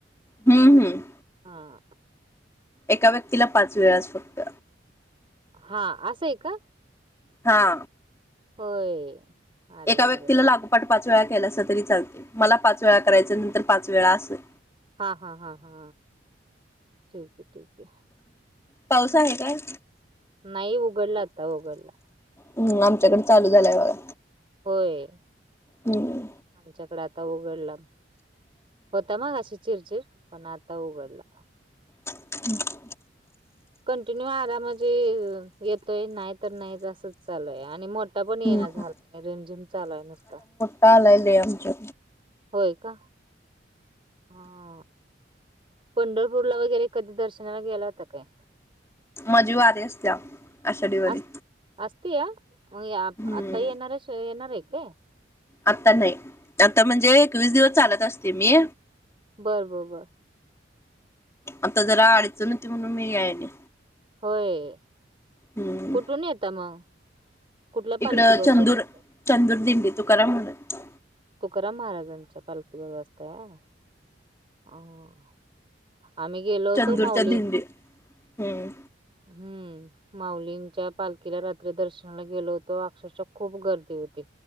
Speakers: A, on the left (about 15°); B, on the right (about 30°).
A: हम् हम्म
B: हा
A: एका व्यक्तीला पाच वेळच फक्त
B: हा असंय का
A: हा
B: होय अरे
A: एका
B: बापरे
A: व्यक्तीला लागोपाठ पाच वेळा केला अस तरी चालते मला पाच वेळा करायच नंतर पाच वेळा असेलझ.
B: हा हा हा हा ठेवते ठेवते
A: पाऊस आहे काय.
B: नाही उघडला आता उघडला
A: हम आमच्याकडे चालू झालाय बघा.
B: होय.
A: हम्म.
B: आमच्याकडे आता उघडला, होता मगाशी चिरचिर पण आता उघडला.
A: हम्म.
B: कंटिन्यू आरामची येतोय नाही तर नाही असच चालूय आणि मो ठा पण येनं
A: हम्म
B: झालाते रेमझेम चालू आहे नुसता.
A: टालायले आमच्या
B: होय का? हा. पंढरपूरला वगैरे कधी दर्शनाला गेला होता काय?
A: माजी वारी असत्या आषाढी वारी
B: अस असते या मग या
A: हम्म
B: आता येणारस आहे येणार आहे काय?
A: आता नाही आता म्हणजे एकवीस दिवस चालत असते मी.
B: बरं बो बा.
A: आता जरा अडचं नव्हती म्हणून मी यायले.
B: होय
A: हम्म
B: कुठून येतं मग कुठल्या
A: इकडं
B: पालखी बरोबर?
A: चंदूर
B: असताय?
A: चंदूर दिंडी तुकाराम महाराज
B: तुकाराम महाराजांच्या पालखीवर वचताय. आं आम्ही गेलो
A: चंदूरच्या
B: होतो माऊली
A: दिंडी हम्म
B: हम्म माउलींच्या पालखीला रात्री दर्शनाला गेलो होतो अक्षरशा खूप गर्दी होती.